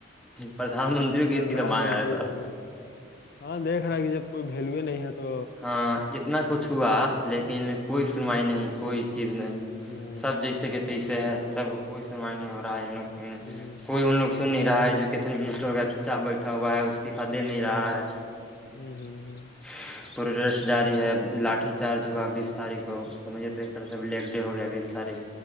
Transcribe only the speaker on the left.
پردھان
منتری
کا بھی ہاں دیکھ رہا ہے کہ جب کوئی ویلوے نہیں ہے تو
ہ
ہ
ہوں
ہ
ہوں ہوں ہ